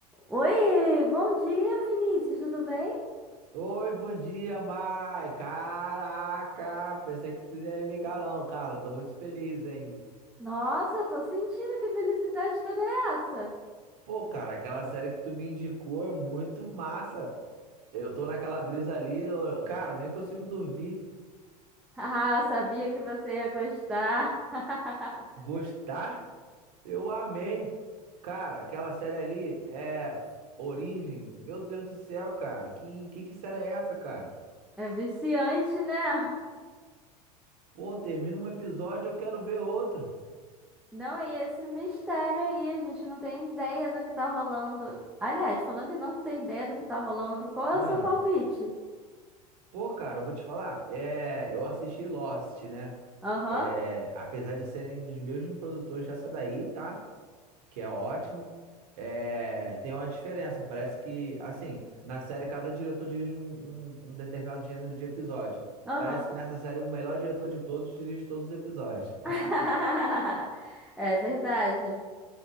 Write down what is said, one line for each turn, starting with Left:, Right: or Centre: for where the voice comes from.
Centre: Oi, bom dia, Vinícius, tudo bem?
Right: Oi, bom dia, Mai. Caraca, pensei que tu não ia ligar não, cara. Tô muito feliz, hein?
Centre: Nossa, tô sentindo que felicidade toda é essa. <laughs>
Right: Pô, cara, aquela série que tu me indicou é muito massa. Eu tô naquela brisa ali, eu- cara, eu nem consigo dormir.
Centre: Ah, sabia que você ia gostar. <laughs>
Right: Gostar? Eu amei. Cara, aquela série ali é Origem. Meu Deus do céu, cara. Que, que, que série é essa, cara?
Centre: É viciante, né?
Right: Pô, termina um episódio, eu quero ver outro.
Centre: Não, e esse mistério aí, a gente não tem ideia do que tá rolando. Aliás, falando em não ter ideia do que tá rolando, qual é
Right: Ah,
Centre: o seu palpite?
Right: pô, cara, eu vou te falar. É, eu assisti Lost, né?
Centre: Aham,
Right: É, apesar de serem dos mesmos produtores dessa daí, tá? Que é ótimo. É, tem uma diferença. Parece que, assim, na série cada diretor dirige um, um- um determinado gênero de episódio.
Centre: aham.
Right: Parece que nessa série o melhor diretor de todos dirige todos os episódios. <laughs>
Centre: <laughs> É verdade.